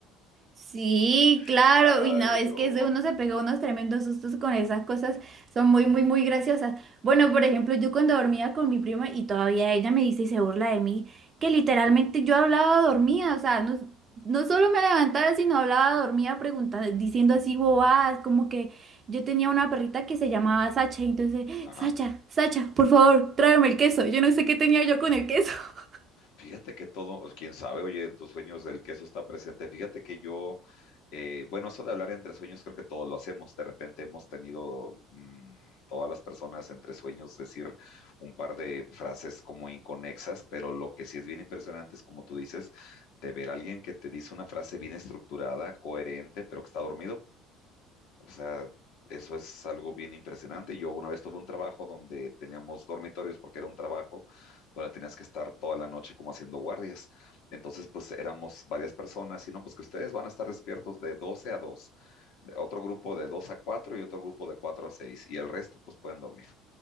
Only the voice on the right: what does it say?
Sí, claro.
Uy, no, es
que ese uno se pegó unos tremendos sustos con esas cosas. Son muy, muy, muy graciosas. Bueno, por ejemplo, yo cuando dormía con mi prima y todavía ella me dice y se burla de mí, que literalmente yo hablaba dormía. O sea, no, no solo me levantaba, sino hablaba dormía preguntando, diciendo así bobadas, como que yo tenía una perrita que se llamaba Sacha. Y entonces,
Sacha, Sacha, por favor, tráeme el queso. Yo no sé qué tenía yo con el queso. <laughs>